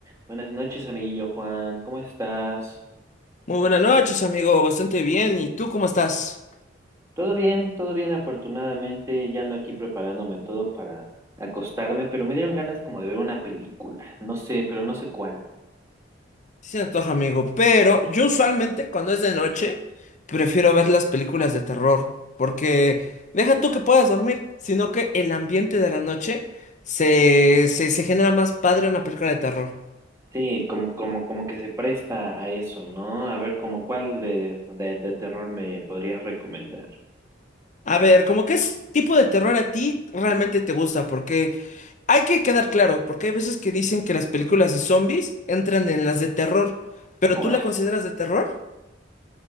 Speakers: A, on the right; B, on the left.
A: Buenas noches, amiguillo Juan. ¿Cómo estás?
B: Muy buenas noches, amigo. Bastante bien. ¿Y tú cómo estás?
A: Todo bien, todo bien, afortunadamente. Ya ando aquí preparándome todo para acostarme, pero me dieron ganas como de ver una película. No sé, pero no sé cuál.
B: Sí se antoja, amigo. Pero yo usualmente cuando es de noche prefiero ver las películas de terror. Porque deja tú que puedas dormir, sino que el ambiente de la noche se, se, se genera más padre una película de terror.
A: Sí, como, como, como que se presta a eso, ¿no? A ver, como cuál de, de, de terror me podrías recomendar.
B: A ver, ¿cómo qué es- tipo de terror a ti realmente te gusta? Porque hay que quedar claro, porque hay veces que dicen que las películas de zombies entran en las de terror. ¿Pero
A: Ahora,
B: tú la consideras de terror?